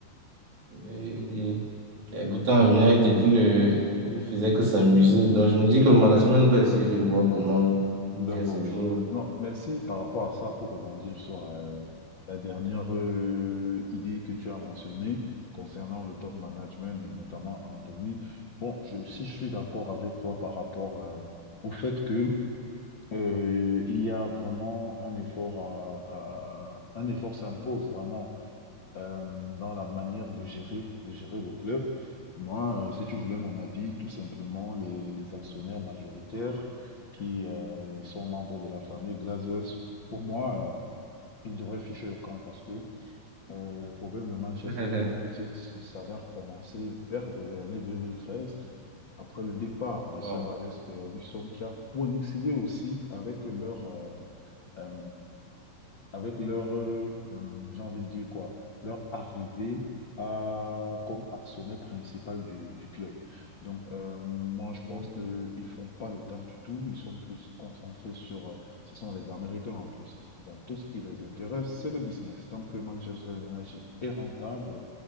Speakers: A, on the right (about 40°); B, on the left (about 40°).
A: Il y a un à United, il ne, il ne faisait que s'amuser. Donc je me dis que le management doit essayer de voir comment il
B: D'accord.
A: gère ses joueurs.
B: Non, merci par rapport à ça pour rebondir sur euh, la dernière euh, idée que tu as mentionnée concernant le top management et notamment Anthony. Bon, je, si je suis d'accord avec toi par rapport euh, au fait que euh, il y a vraiment un effort à, à- à- un effort s'impose vraiment euh, dans la manière de gérer, de gérer le club. Moi, euh, si tu voulais mon avis, tout simplement, les, les actionnaires majoritaires qui euh, sont membres de la famille Glazers, pour moi, euh, ils devraient ficher au camp parce que euh, les problèmes de Manchester
A: <laughs>
B: United s- s'avèrent commencer vers les années 2013, après le départ de
A: Wow.
B: Sir Alex Ferguson, qui a coïncidé aussi avec leur, euh, euh, avec leur, euh, euh, j'ai envie de dire quoi, leur arrivée à, comme actionnaire principal du, du club. Donc, euh, moi, je pense
A: Euh,
B: qu'ils ne font pas le taf du tout. Ils sont plus concentrés sur, euh, ce sont les Américains en plus. Donc, tout ce qui les intéresse, c'est le business. Tant que Manchester United est rentable,